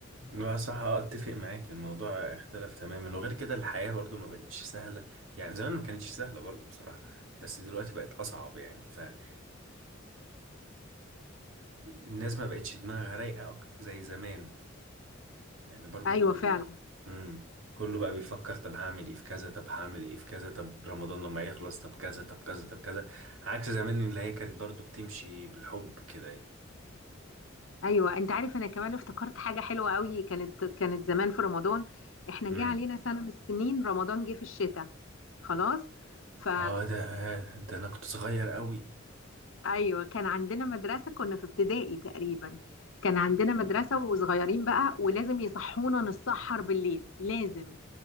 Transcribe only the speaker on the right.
لا صح آه، اتفق معاك الموضوع اختلف تماما وغير كده الحياة برضو ما بقتش سهلة يعني زمان ما كانتش سهلة برضو بصراحة بس دلوقتي بقت اصعب يعني فال الناس ما بقتش دماغها رايقة أك- زي زمان يعني برضو
ال...
مم. كله بقى بيفكر طب هعمل ايه في كذا طب هعمل ايه في كذا طب رمضان لما يخلص طب كذا طب كذا طب كذا عكس زمان اللي هي كانت برضو بتمشي بالحب كده يعني
مم.
اه ده ده انا كنت صغير قوي